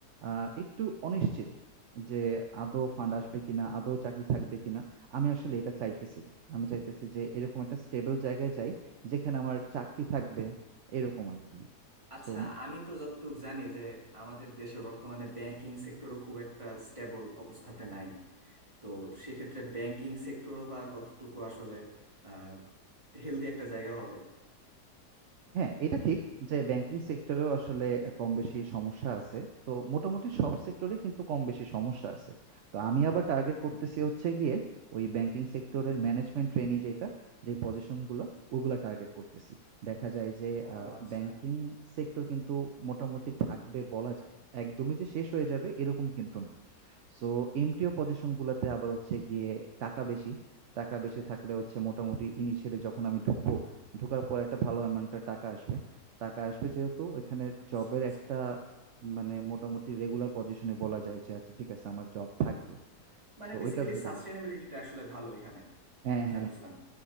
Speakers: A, on the right; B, on the right.
A: আহ একটু অনিশ্চিত যে আদৌ ফান্ড আসবে কিনা আদৌ চাকরি থাকবে কিনা আমি আসলে এটা চাইতেছি না আমি চাইতেছি যে এরকম একটা স্টেবল জায়গায় যাই যেখানে আমার চাকরি থাকবে এরকম আর কি
B: আচ্ছা
A: সো
B: আমি তো যতটুকু জানি যে আমাদের দেশে বর্তমানে ব্যাংকিং সেক্টরও খুব একটা স্টেবল অবস্থাতে নাই তো সেক্ষেত্রে ব্যাংকিং সেক্টরও বা কতটুকু আসলে আহ হেলদি একটা জায়গা হবে
A: হ্যাঁ, এটা ঠিক যে ব্যাংকিং সেক্টরেও আসলে কম বেশি সমস্যা আছে। তো মোটামুটি সব সেক্টরেই কিন্তু কম বেশি সমস্যা আছে। তো আমি আবার টার্গেট করতেছি
B: হুম হুম
A: হচ্ছে গিয়ে ওই ব্যাংকিং সেক্টরের ম্যানেজমেন্ট ট্রেনি যেটা, যে পজিশন গুলো ওগুলা টার্গেট করতেছি। দেখা যায় যে
B: ও
A: আ
B: আচ্ছা
A: ব্যাংকিং সেক্টর কিন্তু মোটামুটি থাকবে বলা যায়। একদমই যে শেষ হয়ে যাবে এরকম কিন্তু না। সো এমটিও পজিশন গুলাতে আবার হচ্ছে গিয়ে টাকা বেশি টাকা বেশি থাকলে হচ্ছে মোটামুটি ইনিশিয়ালি যখন আমি ঢুকবো ঢোকার পর একটা ভালো অ্যামাউন্টের টাকা আসবে টাকা আসবে যেহেতু ওইখানে
B: আচ্ছা
A: জবের
B: আচ্ছা
A: একটা মানে মোটামুটি রেগুলার পজিশনে বলা যায় যে আচ্ছা ঠিক আছে আমার জব থাকবে
B: মানে
A: তো
B: বেসিক্যালি
A: ওইটা ভেবেই
B: সাস্টেনেবিলিটিটা আসলে ভালো এখানে
A: হ্যাঁ
B: যা
A: হ্যাঁ
B: বুঝলাম